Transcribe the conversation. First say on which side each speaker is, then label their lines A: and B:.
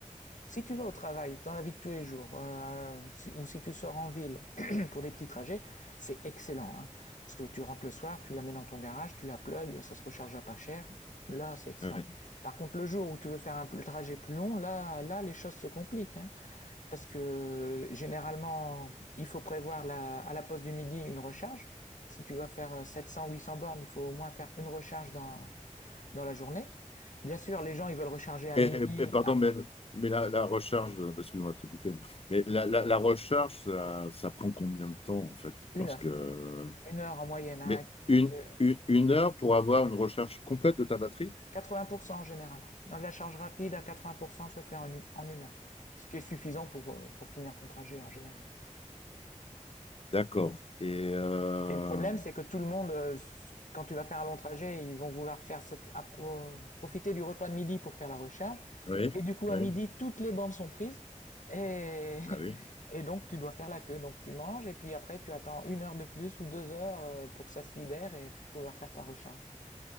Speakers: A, on the left; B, on the left.
A: Si tu vas au travail, dans la vie de tous les jours, euh, si- ou si tu sors en ville <clears throat> <coughs> pour des petits trajets, c'est excellent, hein. Parce que tu rentres le soir, tu la mets dans ton garage, tu la plugs, ça se recharge à pas cher. Là, c'est excellent.
B: Ouais.
A: Par contre, le jour où tu veux faire un trajet plus long, là, là, les choses se compliquent, hein. Parce que généralement, il faut prévoir la- à la pause du midi une recharge. Si tu vas faire euh, 700, 800 bornes, il faut au moins faire une recharge dans, dans la journée. Bien sûr, les gens, ils veulent recharger à
B: Et,
A: midi,
B: et- et pardon,
A: à
B: mais, mais la, la recharge, euh, parce qu'on va tout couper, mais la, la, la recharge, ça, ça prend combien de temps en fait?
A: une
B: Parce
A: heure.
B: que euh,
A: Une heure en moyenne, hein,
B: Mais
A: avec
B: une,
A: le-
B: une, une heure pour avoir une recherche complète de ta batterie?
A: 80% en général. La charge rapide à 80% se fait en, u- en une heure, ce qui est suffisant pour, euh, pour finir ton trajet en général.
B: D'accord. Et euh,
A: Et le problème, c'est que tout le monde, euh, s- quand tu vas faire un long trajet, ils vont vouloir faire cette, appro- profiter du repas de midi pour faire la recharge.
B: oui,
A: Et du coup,
B: oui,
A: à midi, toutes les bandes sont prises. Et,
B: bah oui.
A: <laughs> et donc, tu dois faire la queue. Donc, tu manges et puis après, tu attends une heure de plus ou deux heures euh, pour que ça se libère et f- pouvoir faire ta recharge.